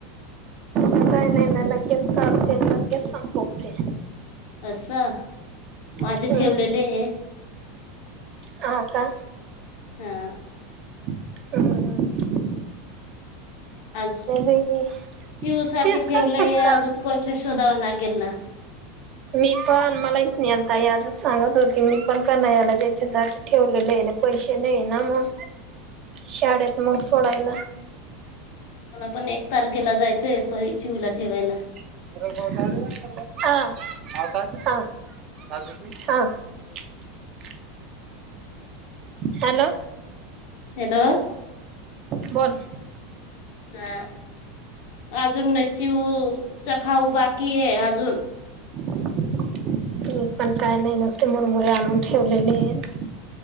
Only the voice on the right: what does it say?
नाही नाही ना, लगेच काढते लगेच संपवते.
हम्म
हा का?
हम्म हम्म.
बाई
तेच
खर्च करा
मी पण, मलाही स्नेहल ताई आजच सांगत होते, मी पण का नाही याला त्याच्या साठी ठेवलेलेय ना. पैसे नाही ना मग, शाळेत मग सोडायला.
बर वाटा <unintelligible> हो. हॅलो.
बोल.
मी पण काय नाही नुसते मुरमुरे आणून ठेवलेलेयेत.